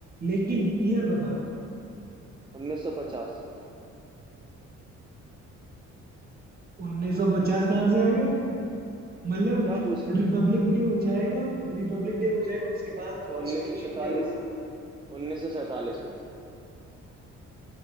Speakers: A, on the right (about 30°); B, on the right (about 15°).
A: लेकिन ईयर बताओ
B: उन्नीस सौ पचास
A: उन्नीस सौ पचास कहाँ से आ गया मतलब
B: तो क्या पूछे
A: रिपब्लिक डे हो जाएगा रिपब्लिक डे हो जाएगा उसके बाद
B: तो
A: कॉन्स्टिट्यूशन
B: उन्नीस सौ सैतालीस
A: डे होगा
B: उन्नीस सौ सैतालीस में